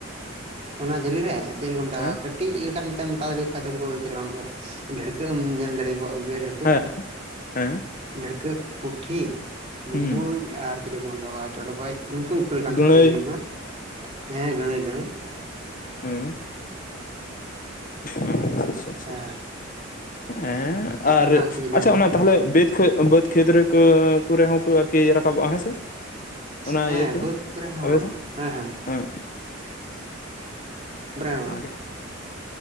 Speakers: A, on the right (about 30°); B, on the left (about 40°).
A: ᱚᱱᱟ ᱡᱷᱟᱹᱞᱤ ᱨᱮ᱾ ᱪᱤᱞᱤ ᱠᱚ ᱢᱮᱛᱟ
B: ᱦᱮᱸ
A: ᱠᱚᱣᱟ ᱴᱤᱡ ᱞᱮᱠᱟᱱ ᱛᱮᱢ ᱦᱟᱛᱟᱣ ᱫᱟᱲᱮ ᱠᱚ ᱠᱷᱟᱡ ᱫᱚ ᱩᱱᱠᱩ ᱪᱮᱫ ᱞᱮᱠᱟ <unintelligible> ᱰᱷᱟᱹᱲᱠᱟᱹᱜ ᱮᱢ ᱧᱮᱞ ᱫᱟᱲᱮᱣᱟᱫ ᱜᱮᱭᱟ ᱰᱷᱟᱹᱲ
B: <unintelligible> ᱦᱮᱸ ᱦᱮᱸ᱾
A: ᱰᱷᱟᱹᱲᱠᱟᱹᱜ, ᱯᱩᱴᱷᱤ, ᱵᱩᱸᱵᱩᱡ
B: ᱦᱩᱸ
A: ᱟᱨ ᱪᱤᱞᱤ ᱠᱚ ᱢᱮᱛᱟ ᱠᱚᱣᱟ ᱪᱚᱲᱜᱚᱡ ᱩᱱᱠᱩ ᱩᱱᱠᱩ ᱞᱮᱠᱟᱱ
B: ᱜᱟᱹᱲᱟᱹᱭ
A: ᱦᱟᱹᱠᱩ ᱠᱚ ᱡᱷᱟᱹᱞᱤᱜᱼᱟ, ᱦᱮᱸ ᱜᱟᱹᱬᱟᱹᱭ, ᱜᱟᱹᱟᱹᱬᱟᱹᱭ᱾
B: ᱦᱩᱸᱻ᱾ ᱩᱦᱩᱸ ᱟᱪᱪᱷᱟ ᱟᱪᱪᱷᱟ ᱟᱪᱪᱷᱟ᱾
A: ᱦᱮᱸ
B: ᱦᱮᱸ
A: ᱚᱱᱠᱟ
B: ᱟᱨ
A: ᱞᱮᱠᱟᱱ ᱦᱟᱹᱠᱩ ᱡᱷᱟᱹᱞᱤ
B: ᱟᱪᱪᱷᱟ
A: ᱠᱚ ᱠᱟᱱᱟ
B: ᱚᱱᱟ ᱛᱟᱦᱞᱮ ᱵᱮᱫᱽ ᱵᱟᱹᱫᱽ ᱠᱷᱮᱛ ᱨᱮᱠᱚ ᱠᱚ ᱨᱮ ᱦᱚᱸᱠᱚ ᱟᱨᱠᱤ ᱨᱟᱠᱟᱵᱚᱜᱼᱟ ᱦᱮᱸ ᱥᱮ? ᱚᱱᱟ
A: ᱦᱮᱸ,
B: ᱤᱭᱟᱹᱛᱮ
A: ᱵᱟᱹᱫᱽ ᱠᱚᱨᱮ ᱦᱚᱸ᱾
B: ᱟᱯᱮ ᱥᱮᱫ
A: ᱦᱮᱸ ᱦᱮᱸ᱾
B: <unintelligible>
A: ᱠᱚᱨᱮ ᱦᱚᱸ
B: ᱚᱱᱟ ᱜᱮ᱾